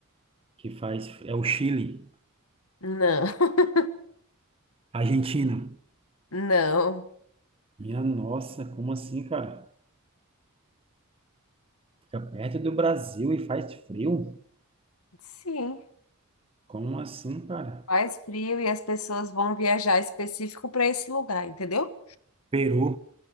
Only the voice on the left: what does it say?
Não, <laughs>
não.
Sim,
faz frio e as pessoas vão viajar específico para esse lugar, entendeu?